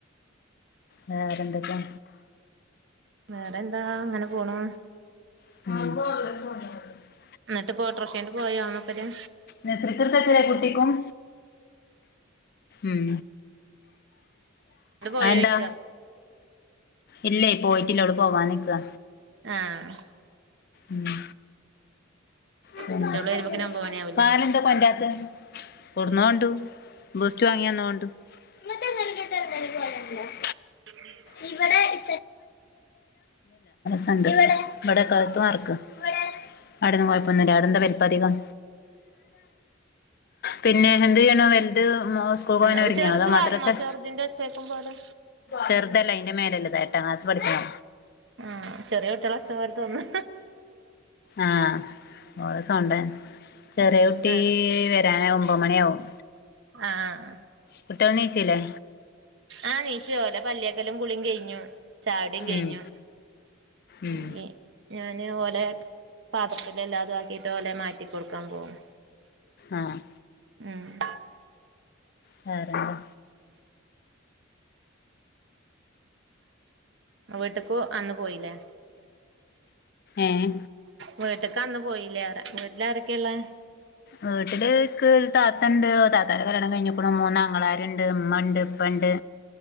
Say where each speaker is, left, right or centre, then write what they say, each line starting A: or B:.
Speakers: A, on the left; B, on the right.
A: വേറെന്തൊക്കെ?
B: വേറെ ന്താ. അങ്ങനെ പോണു
A: <inaudible>
B: ഇന്നട്ട് ഇപ്പൊ ഓട്ടോർഷേണ്ട് പോയോ മൂപ്പര്?
A: നേഷസരിക് കുട്ടിക്കും ഉം
B: ണ്ട് പോയോയ്ക്ക
A: അതെന്താ? ഇല്ലേ പോയിട്ടില്ല. അവള് പോവാൻ നിക്കാ.
B: ആഹ്
A: ഉം. പിന്നെ
B: മറ്റോള് വരുമ്പോക്കിന് ഒമ്പത് മണിയാവൂല്ലേ
A: പാലം കെണ്ടരാത്ത്? കൊടന്നു കണ്ടു. ബൂസ്റ്റ് വാങ്ങി വന്ന കണ്ടു. ഇത്തെ നിലപെട്ട ഒരുപലല്ലോ <inaudible>
B: <inaudible>
A: ഇല്ല സ ഇവിടെ ക്ക് അവിടെന്ന് കോയപ്പൊന്നില്ല അവിടെന്താ വലിപ്പ അധികം പിന്നെ എന്ത് ചെയ്യണു അവൻ? ദ് മോൻ സ്കൂൾ പോകാനൊരുങ്ങ്യാ?
B: ഉം ചെറുത്
A: അതോ മദ്രസേ?
B: വന്നോ ചെറുതിന്റെ ഒച്ചേക്കും പോലെ
A: ചെറ്തല്ല അതിന്റെ മേലേള്ള താ. എട്ടാം ക്ലാസ്സ് പഠിക്കണതാ
B: ആഹ് ചെറ്യ കുട്ടികള ഒച്ചമാതിരി തോന്നാ
A: ആഹ് ഓള സൗണ്ട ചെറ്യ കുട്ടി
B: ആഹ്
A: വരാന ഒമ്പത് മണിയാകും
B: ആഹ് ആഹ് ആഹ്
A: കുട്ട്യാള് നീച്ചില്ലേ?
B: ആഹ് നീച്ചു ഓരടെ പല്ലേക്കലും കുളീം കയ്ഞ്ഞു ചായുടിയും കയ്ഞ്ഞു.
A: ഉം ഉം
B: ഞ്ഞി ഞാന് ഓലെ പാത്രത്തില് എല്ലാതും ആക്കിട്ട് ഓലെ മാറ്റി കൊടുക്കാൻ പോവും.
A: ആഹ്
B: ഉം
A: വേറെന്താ?
B: വീട്ട്ക്കു അന്ന് പോയില്ലേ?
A: ഏഹ്?
B: വീട്ടക്ക് അന്ന് പോയില്ലേറ വീട്ടിലാരൊക്കെള്ള്?
A: വീട്ടില് ക്ക് താത്തണ്ട്. താത്താന്റെ കല്യാണം കഴിഞ്ഞക്കുണു. മൂന്നാങ്ങളാരുണ്ട്. ഉമ്മണ്ട്. ഉപ്പണ്ട്